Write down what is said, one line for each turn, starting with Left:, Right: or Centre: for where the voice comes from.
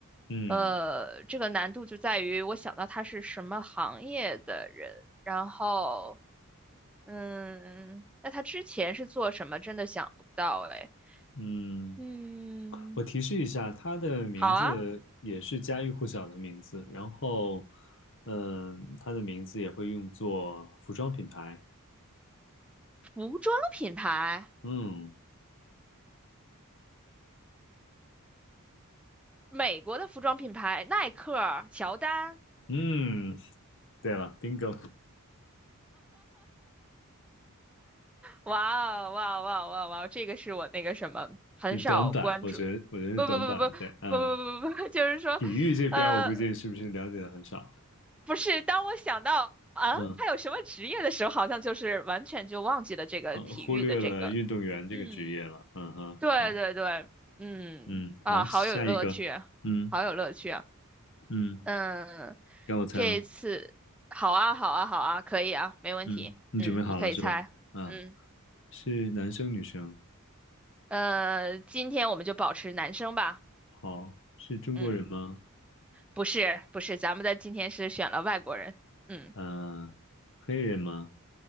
Left: 嗯
Centre: 呃，这个难度就在于我想到他是什么行业的人，然后嗯，那他之前是做什么，真的想不到哎。
Left: 嗯，
Centre: 嗯，
Left: 我提示一下，他的名字也是家喻户晓的名字，
Centre: 好啊，
Left: 然后，嗯，他的名字也会用作服装品牌，
Centre: 服装品牌，
Left: 嗯
Centre: 美国的服装品牌，耐克、乔丹。
Left: 嗯，对了，bingo，
Centre: 哇哦哇哦哇哦哇哦哇哦这个是我那个什么很少关注，
Left: <laughs> 是短板，我觉得我觉得是短板，
Centre: 不不不不不不不不不不就是说，
Left: 对，嗯，体育这边儿我估计是不是了解的很少，
Centre: 呃，不是，当我想到啊，
Left: 嗯
Centre: 他有什么职业的时候，好像就是完全就忘记了这个体育的这个，
Left: 呃，忽略了运动员这个职业了，
Centre: 嗯，
Left: 嗯哼，
Centre: 对对对，
Left: 好，
Centre: 嗯啊，
Left: 嗯好，
Centre: 好有乐趣啊好有乐趣啊，
Left: 下一个，嗯嗯，
Centre: 嗯，
Left: 该我猜了。
Centre: 这一次好啊好啊好啊，可以啊，没问题，
Left: 嗯，你准备好了是吧？
Centre: 嗯，你可以猜，
Left: 啊，
Centre: 嗯
Left: 是男生女生？
Centre: 呃，今天我们就保持男生吧。
Left: 好，是中国人吗？
Centre: 嗯，不是不是，咱们的今天是选了外国人，嗯，
Left: 呃，黑人吗